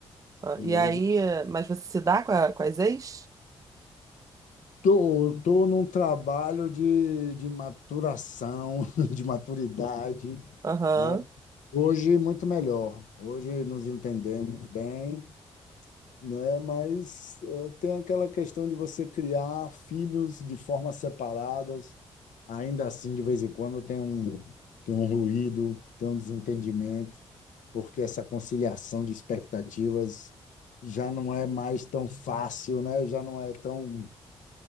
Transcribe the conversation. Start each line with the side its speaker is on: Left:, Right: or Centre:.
Right: Ah,
Left: E
Right: E
Left: hoje
Right: aí, eh, mas você se dá com, a- com as ex?
Left: tô, tô num trabalho de, de maturação, <laughs> de maturidade.
Right: Aham.
Left: Aí, hoje muito melhor. Hoje nos entendemos bem. né? Mas eh, tem aquela questão de você criar filhos de formas separadas. Ainda assim, de vez em quando tem um, tem um ruído, tem um desentendimento, porque essa conciliação de expectativas já não é mais tão fácil, né? Já não é tão.